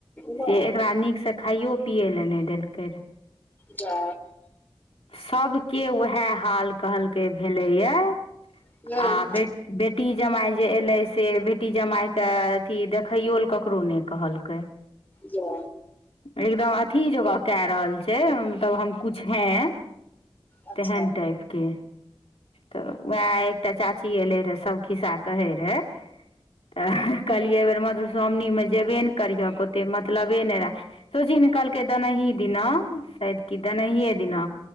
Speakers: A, on the left; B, on the left.
A: हूँ
B: से एकरा नीक स- खाइयो पिय ले नहि देलके रहे।
A: जा।
B: सब के उएह हाल कहलकै भेले ये,
A: हम्म
B: आ बे- बेटी जमाय जे एलै से, बेटी जमाय के अथी देखैयो ले ककरो नहि कहलकै।
A: जा।
B: एकदम अथी जे के रहल छै, तब हम कुछ हैं।
A: अच्छा
B: तेहन टाइप- के त वैह आय एकटा चाची एले रहे सब खिस्सा कहे रहे। त कहलियै ऐ बेेर मधुश्रावणी मे, जेबे ने करिहक ओते मतलबे ने राख। तू छी न। कहलकय दनहि दिन आउ, शायद की दनेही दिना,